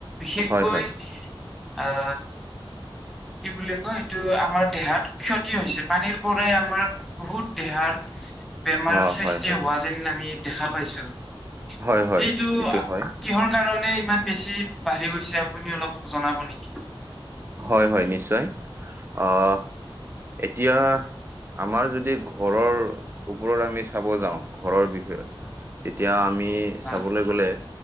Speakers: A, in the centre; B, on the right (about 25°).
A: বিশেষকৈ
B: হয় হয়
A: আ কি বুলি কয় এইটো আমাৰ দেহাত ক্ষতি হৈছে। পানীৰ পৰাই আমাৰ বহুত দেহাৰ বেমাৰ
B: অ
A: সৃষ্টি
B: হয় হয়
A: হোৱা যেন আমি দেখা পাইছো। সেইটো
B: হয় হয় এইটো হয়
A: কিহৰ কাৰণে ইমান বেছি বাঢ়ি গৈছে আপুনি অলপ জনাব নেকি?
B: হয়, হয়, নিশ্চয়। আহ, এতিয়া আমাৰ যদি ঘৰৰ ওপৰত আমি চাব যাওঁ। ঘৰৰ বিষয়ত তেতিয়া আমি
A: হয়
B: চাবলৈ গ'লে